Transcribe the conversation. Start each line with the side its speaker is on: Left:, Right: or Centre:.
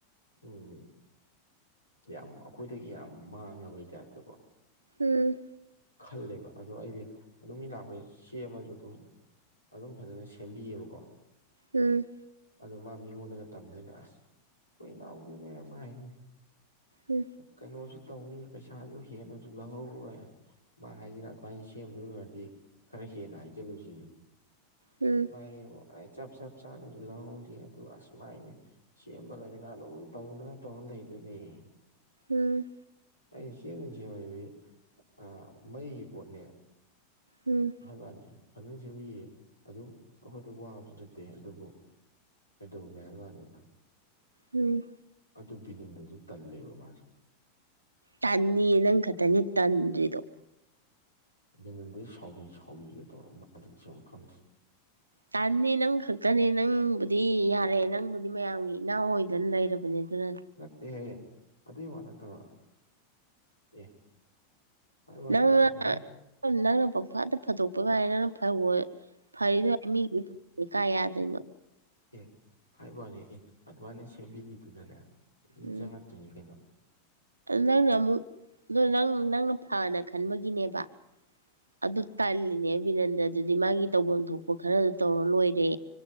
Left: ꯎꯝ ꯌꯥꯝ ꯑꯩꯈꯣꯏꯗꯒꯤ ꯌꯥꯝ ꯃꯥꯡꯉꯕꯩ ꯇꯥꯏꯞꯇꯀꯣ
Right: ꯎꯝ
Left: ꯈꯜꯂꯦꯕ ꯑꯗꯣ ꯑꯩꯗꯤ ꯑꯗꯨꯝ ꯃꯤ ꯂꯥꯛꯄꯩ ꯁꯦꯝꯃꯁꯨ ꯑꯗꯨꯝ ꯑꯗꯨꯝ ꯐꯖꯅ ꯁꯦꯝꯕꯤꯌꯦꯕꯀꯣ
Right: ꯎꯝ
Left: ꯑꯗꯣ ꯃꯥ ꯃꯤꯉꯣꯟꯗꯒ ꯇꯝꯗꯣꯏꯅꯦ ꯑꯁ ꯑꯩꯈꯣꯏ ꯏꯅꯥꯎꯗꯤꯅꯦ ꯃꯥ ꯍꯥꯏꯅꯤ
Right: ꯎꯝ
Left: ꯀꯩꯅꯣꯁꯨ ꯇꯧꯅꯤ ꯄꯩꯁꯥꯁꯨ ꯍꯦꯟꯅꯁꯨ ꯂꯧꯍꯧꯔꯣꯢ ꯃꯥ ꯍꯥꯏꯁꯤꯅ ꯑꯗꯨꯃꯥꯏꯅ ꯁꯦꯝꯗꯣꯏ ꯑꯣꯏꯔꯗꯤ ꯈꯔ ꯍꯦꯟꯅ ꯍꯥꯏ ꯖꯤꯂꯨ ꯁꯤꯅꯤ
Right: ꯎꯝ
Left: <unintelligible> ꯆꯞ ꯆꯞ ꯆꯥꯅꯁꯨ ꯑꯗꯨꯒ ꯑꯁꯨꯃꯥꯏꯅ ꯁꯦꯝꯃꯒꯁꯤꯅ ꯑꯗꯨꯝ ꯇꯧꯗꯅ ꯇꯧꯔ ꯂꯩꯗꯨꯢꯅꯤꯌꯦ
Right: ꯍꯝ
Left: ꯑꯩ ꯁꯦꯡ ꯁꯤ ꯗꯤ ꯑ ꯃꯩ ꯄꯣꯠꯅꯦ
Right: ꯎꯝ ꯎꯝ
Left: ꯍꯥꯏꯕꯩ ꯋꯥꯅꯦ ꯐꯖꯅ ꯁꯦꯝꯕꯤꯌꯦ ꯑꯗꯨꯝ ꯑꯩꯈꯣꯏꯗ ꯋꯥꯕꯁꯨ ꯅꯇꯦ ꯑꯗꯨꯕꯨ ꯀꯩꯗꯧꯒꯦ ꯍꯥꯢꯕꯩ ꯋꯥꯅꯤꯗ
Right: ꯎꯝ
Left: ꯑꯗꯨ ꯕꯤꯅꯟꯗꯨꯁꯨ ꯇꯜꯂꯦꯕ ꯃꯥꯁꯨ
Right: ꯇꯟꯅꯤꯌꯦ ꯅꯪ ꯈꯛꯇꯅꯤ ꯇꯟꯗ꯭ꯔꯤꯗꯣ
Left: ꯑꯗꯨ ꯁꯥꯎꯔꯤ ꯁꯥꯎꯔꯤꯒꯩꯗꯧꯔ ꯃꯥ ꯈꯪꯗꯦ
Right: ꯇꯅꯤ ꯅꯪ ꯈꯛꯇꯅꯦ ꯅꯪꯕꯨꯗꯤ ꯌꯥꯔꯦ ꯅꯪꯕꯨꯗꯤ ꯃꯌꯥꯝꯒꯤ ꯏꯅꯥꯎ ꯑꯣꯏꯗꯅ ꯂꯩꯔꯕꯅꯦ ꯑꯗꯨꯅ
Left: ꯅꯠꯇꯦꯍꯦ ꯑꯗꯨꯏ ꯋꯥ ꯅꯠꯇꯕ ꯑꯦ ꯍꯥꯏꯕ ꯋꯥꯅꯤ
Right: ꯅꯪꯅ
Left: ꯑꯗꯨꯃꯥꯏꯅ
Right: ꯅꯪꯅ ꯄꯪ ꯐꯥꯗ ꯐꯥꯗꯣꯛꯄ ꯒꯥꯢꯅ ꯅꯪꯅ ꯐꯧ ꯐꯔꯤꯗꯨ ꯃꯥꯢꯅ ꯃꯤꯗꯤ ꯀꯥꯏ ꯌꯥꯗꯣꯏꯅꯣ
Left: ꯑꯦ ꯍꯥꯏꯕꯋꯥꯅꯦ ꯑꯦ ꯑꯗꯨꯃꯥꯏꯅ ꯁꯦꯝꯕꯤꯒꯤꯕꯗꯨꯅꯅꯦ ꯃꯤ
Right: ꯎꯝ
Left: ꯆꯪꯉꯛꯇꯣꯏꯅꯤ ꯀꯩꯅꯣ
Right: ꯅꯪꯅ ꯑꯃꯨꯛ ꯑ ꯅꯪ ꯅꯪꯅ ꯐꯅ ꯈꯟꯕꯒꯤꯅꯦꯕ ꯑꯗꯨ ꯇꯜꯂꯤꯅꯦ ꯕꯤꯅꯟꯗꯗꯨꯗꯤ ꯃꯥꯒꯤ ꯇꯧꯐꯝ ꯊꯣꯛꯄ ꯈꯔꯗ ꯇꯧꯔ ꯂꯣꯏꯔꯦ